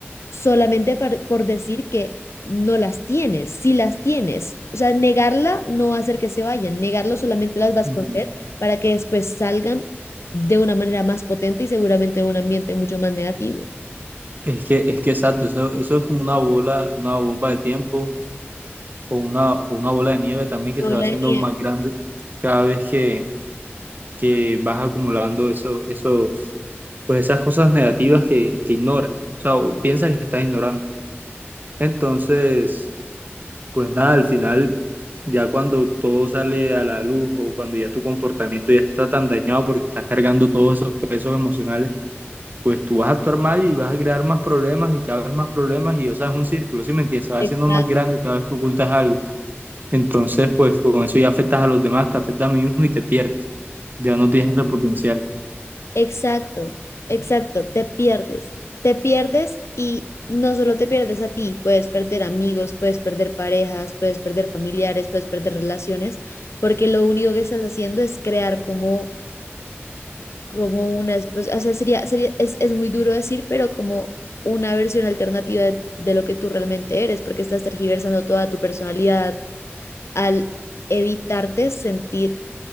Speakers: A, on the left; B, on the right.
A: solamente par- por, decir que no las tienes, si las tienes. O sea, negarla no va a hacer que se vayan, negarlo solamente las va a esconder
B: Ujú.
A: para que después salgan de una manera más potente y seguramente en un ambiente mucho más negativo.
B: Es que, es que exacto, eso, eso es como una bola, una bomba de tiempo o una, o una bola de nieve también que
A: No
B: se
A: la
B: va haciendo
A: niegues.
B: más grande cada vez que que vas acumulando eso, esos, pues esas cosas negativas que, que ignoras, o sea, o piensas que estás ignorando. Entonces, pues nada, al final, ya cuando todo sale a la luz o cuando ya tu comportamiento ya está tan dañado porque estás cargando todos esos pesos emocionales, pues tú vas a actuar mal y vas a crear más problemas y cada vez más problemas y, o sea, es un círculo, ¿sí me entiendes? Se va haciendo
A: Exacto.
B: más grande cada vez que ocultas algo. Entonces, pues con eso ya afectas a los demás, te afectas a mí mismo y te pierdes. Ya no tienes ese potencial.
A: Exacto, exacto, te pierdes, te pierdes y no solo te pierdes a ti, puedes perder amigos, puedes perder parejas, puedes perder familiares, puedes perder relaciones, porque lo único que estás haciendo es crear como, como una, espe- o sea, sería, sería, es, es muy duro decir, pero como una versión alternativa de, de lo que tú realmente eres, porque estás tergiversando toda tu personalidad al evitarte sentir